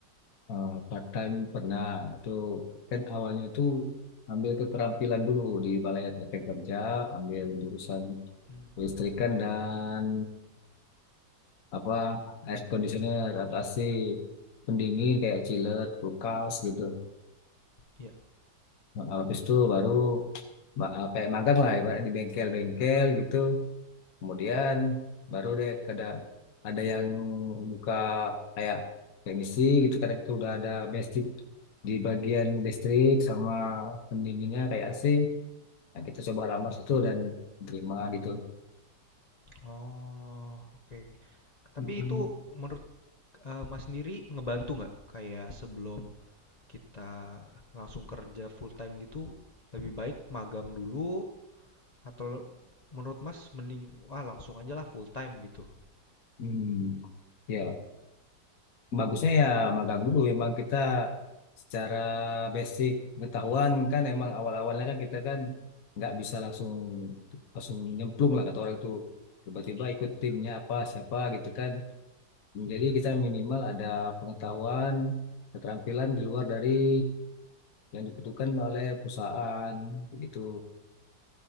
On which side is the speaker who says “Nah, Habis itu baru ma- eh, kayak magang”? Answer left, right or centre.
Left